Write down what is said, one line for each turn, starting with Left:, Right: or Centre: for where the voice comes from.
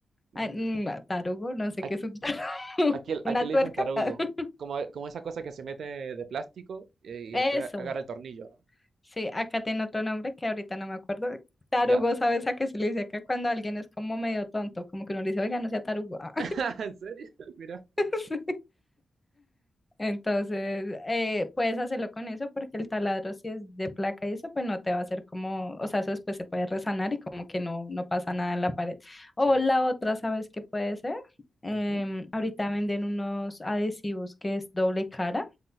Right: Mm,
Left: Ay, mm, tarugo, no sé
Right: Aquí,
Left: qué es un tarugo. <laughs>
Right: aquí, aquí
Left: ¿Una
Right: le
Left: tuerca?
Right: dicen tarugo.
Left: <laughs>
Right: Como, como esa cosa que se mete de plástico eh, y
Left: Eso.
Right: después a- agarra el tornillo, ¿no?
Left: Sí, acá tiene otro nombre que ahorita no me acuerdo. Tarugo,
Right: Ya.
Left: ¿sabes a qué se le dice acá cuando alguien es como medio tonto? Como que uno le dice, oiga, no sea tarugo. Ah.
Right: <laughs> ¿En serio? <laughs> Mira.
Left: <laughs> Sí. Entonces, eh, puedes hacerlo con eso porque el taladro, si es de placa y eso, pues no te va a hacer como, o sea, eso después se puede resanar y como que no, no pasa nada en la pared. O
Right: Cierto.
Left: la otra, ¿sabes qué puede ser? Em,
Right: Ujú,
Left: ahorita venden unos adhesivos que es doble cara